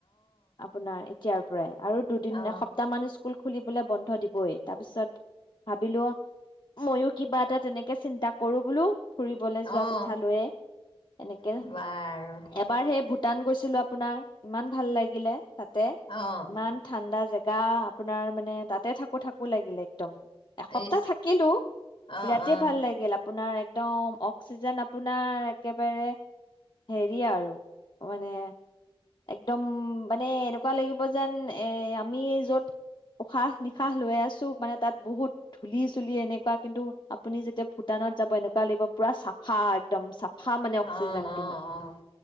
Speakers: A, on the left (about 50°); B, on the left (about 70°).
A: আপোনাৰ এতিয়াৰ পৰাই আৰু দুদিন
B: অঁ অঁ
A: এসপ্তাহ মান স্কুল খুলিবলৈ বন্ধ দিবই তাৰ পিছত ভাবিলো মইো কিবা এটা তেনেকে চিন্তা কৰো বোলো ফুৰিবলৈ যোৱা
B: অঁ
A: কথা লৈয়ে এনেকে
B: বাৰু
A: এবাৰ সেই ভ টাৰ্ণ কৰিৈছিলো আপোনাৰ ইমান ভাল লাগিলে তাতে
B: অ',
A: ইমান ঠাণ্ডা জেগা গা আপোনাৰ মানে তাতে থাকো থাকো লাগিলে একদম এসপ্তাহ
B: ইচ
A: থাকিলো
B: অ',
A: বিৰাট
B: অ',
A: ভাল লাগিল আপোনাৰ একদম অক্সিজেন আপোনাৰ একেবাৰে হেৰি আৰু মানে একদম মানে এনেকুৱা লাগিব যেন এ আমি যত উশাহ নিশাহ লৈ আছো মানে তাত বহুত ধূলি চুলি এনেকুৱা কিন্তু আপুনি যেতিয়া ভূটানত যাব এনেকুৱা লাগিব পুৰা চাফা একদম চাফা ফা মানে অক্সিজেন
B: অ', অ',
A: টো মানে
B: অ',